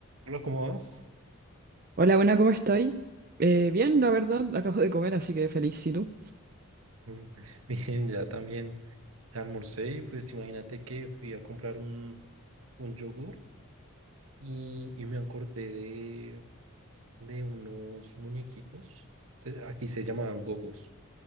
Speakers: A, on the right; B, on the right.
A: Hola, ¿cómo vas? <laughs>
B: Hola, buena, ¿cómo estáis? Eh, bien, la verdad, acabo de comer, así que feliz, ¿y tú?
A: Mm, Bien, ya también almorcé y pues imagínate que fui a comprar un, un yogur y, y me acordé de, de unos muñequitos. Se- aquí se llamaban gogos,